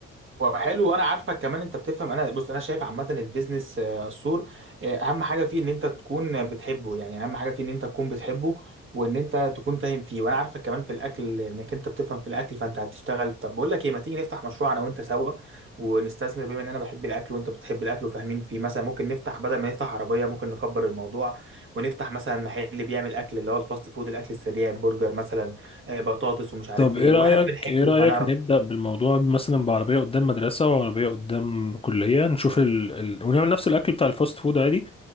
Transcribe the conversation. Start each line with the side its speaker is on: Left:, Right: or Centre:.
Right: وحلو وانا عارفك كمان انت بتفهم انا بص انا شايف عامه البيزنس آه، السور آه، اهم حاجه فيه ان انت تكون بتحبه يعني اهم حاجه فيه ان انت تكون بتحبه وان انت تكون فاهم فيه وانا عارفك كمان في الاكل انك انت بتفهم في الاكل فانت هتشتغل طب بقول لك ايه ما تيجي نفتح مشروع انا وانت سوا ونستثمر بما ان انا بحب الاكل وانت بتحب الاكل وفاهمين فيه مثلا ممكن نفتح بدل ما نفتح عربيه ممكن نكبر الموضوع ونفتح مثلا محل بيعمل اكل اللي هو الفاست فود الاكل السريع برجر مثلا آه، بطاطس ومش عارف
Left: طب ايه
Right: ايه واحنا
Left: رأيك
Right: بنحبه
Left: ايه رأيك
Right: فهنعرف
Left: نبدأ بالموضوع مثلا بعربية قدام مدرسة وعربية قدام كلية نشوف ال... ال... ونعمل نفس الأكل بتاع الفاست فود عادي